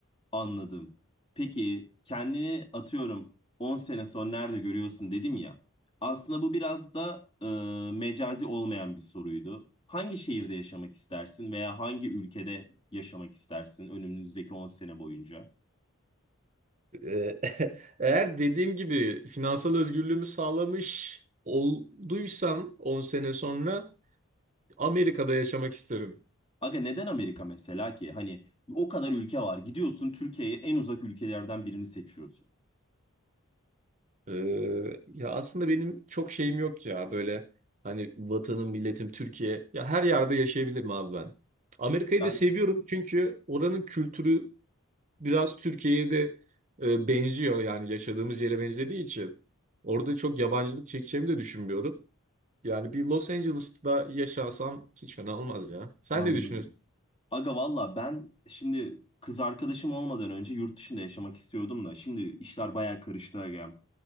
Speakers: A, on the left; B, on the right.
A: Anladım. Peki kendini atıyorum 10 sene sonra nerede görüyorsun dedim ya. Aslında bu biraz da e, mecazi olmayan bir soruydu. Hangi şehirde yaşamak istersin veya hangi ülkede yaşamak istersin önümüzdeki 10 sene boyunca?
B: Ee, <laughs> Eğer dediğim gibi finansal özgürlüğümü sağlamış olduysam 10 sene sonra Amerika'da yaşamak isterim.
A: Aga neden Amerika mesela ki? Hani o kadar ülke var. Gidiyorsun Türkiye'ye en uzak ülkelerden birini seçiyorsun.
B: Ee, ya aslında benim çok şeyim yok ya böyle hani vatanım, milletim, Türkiye. Ya her yerde yaşayabilirim abi ben. Amerika'yı
A: Ben
B: da seviyorum çünkü oranın kültürü biraz Türkiye'ye de e, benziyor yani yaşadığımız yere benzediği için. Orada çok yabancılık çekeceğimi de düşünmüyorum. Yani bir Los Angeles'ta yaşansam hiç fena olmaz ya. Sen
A: anladım.
B: ne düşünüyorsun?
A: Aga valla ben şimdi kız arkadaşım olmadan önce yurt dışında yaşamak istiyordum da şimdi işler bayağı karıştı aga.